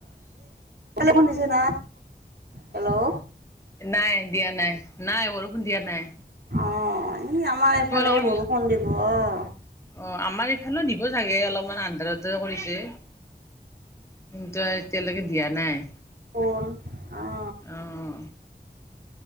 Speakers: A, on the right (about 70°); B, on the left (about 15°).
A: শুনিছে না হেল্ল'?
B: নাই দিয়া নাই নাই বৰষুণ দিয়া নাই।
A: অ' ই আমাৰ এইফালে
B: তোমালোকৰ
A: বৰষুণ দিব অহ।
B: অ' আমাৰ এইফালে দিব চাগে অলপমান আন্ধাৰ আন্ধাৰ কৰিছে। কিন্তু আৰু এতিয়ালৈকে দিয়া নাই।
A: অহ আ।
B: অহ।